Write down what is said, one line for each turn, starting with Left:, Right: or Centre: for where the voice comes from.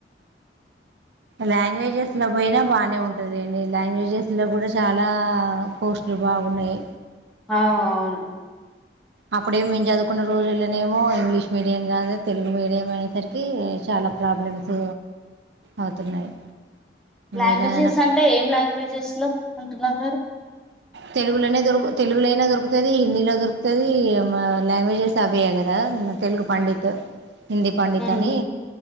Right: లాంగ్వేజెస్ లో బోయినా బానే ఉంటదీండి లాంగ్వేజస్ లో కూడా చా చాలా పోస్టులు బాగున్నాయి
Centre: ఆ అవును
Right: అప్పుడే మేము చదువుకున్న రోజుల్లోనేమో ఇంగ్లీష్ మీడియం కాదు తెలుగు మీడియం అయ్యేసరికి చాలా ప్రాబ్లమ్స్ అవుతున్నాయి
Centre: లాంగ్వేజెస్
Right: ఎలానైనా
Centre: అంటే ఏం లాంగ్వేజెస్ లో ఉంటున్నారు మీరు
Right: తెలుగులోనే దొరుకు తెలుగు లైనా దొరుకుతది, హిందీలో దొరుకుతది, మాలాంగ్వేజెస్ అవే కదా తెలుగు పండిత్. హిందీ పండిత్
Centre: ఉమ్,
Right: అని